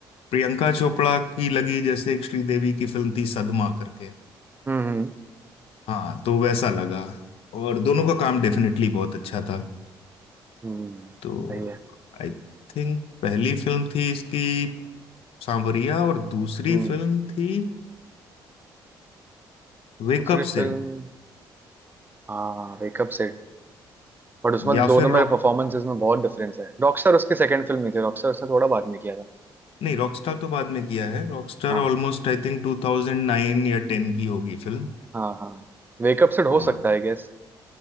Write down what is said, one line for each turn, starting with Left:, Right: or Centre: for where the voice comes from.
Left: प्रियंका चोपड़ा की लगी जैसे एक श्रीदेवी की फिल्म थी सदमा करके
Right: हम्म
Left: हाँ तो वैसा लगा और दोनों का काम डेफिनेटली बहुत अच्छा था
Right: हम्म,
Left: तो
Right: सही है
Left: आई थिंक पहली फिल्म थी इसकी सांवरिया और दूसरी
Right: हम्म
Left: फिल्म थी वेकअप
Right: दूसरी
Left: सिड
Right: फिल्म हाँ वेकअप सेट बट उसमें
Left: या
Right: दोनों
Left: फिर
Right: मेरे
Left: रॉक
Right: परफॉर्मेंसेस में बहुत डिफरेंस है रॉकस्टार उसकी सेकंड फिल्म नहीं थी रॉकस्टार उसने थोड़ा बाद में किया था
Left: नहीं रॉकस्टार तो बाद में किया है रॉकस्टार
Right: हाँ
Left: ऑलमोस्ट आई थिंक 2009 या 10 की होगी फिल्म
Right: हाँ हाँ वेकअप सिड हो
Left: और
Right: सकता है गेस